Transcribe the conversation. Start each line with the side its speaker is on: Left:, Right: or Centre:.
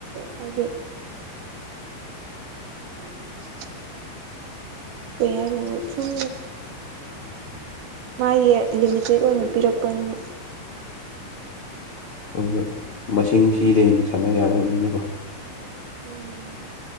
Right: ꯍꯥꯏꯗꯤ <unintelligible> ꯀꯩ ꯍꯥꯏꯗꯅꯣ ꯁꯨꯝ
Left: <unintelligible>
Right: ꯃꯥꯏꯌꯦ ꯂꯤꯃꯤꯇꯦꯠ ꯑꯣꯏꯅ ꯄꯤꯔꯛꯄꯅꯤꯅ
Left: ꯍꯪꯗꯦ ꯃꯁꯤꯡ ꯁꯤꯗ ꯍꯦꯟꯅ ꯁꯥꯟꯅ ꯌꯥꯔꯣꯏꯃꯅꯤꯅꯀꯣ
Right: ꯎꯝ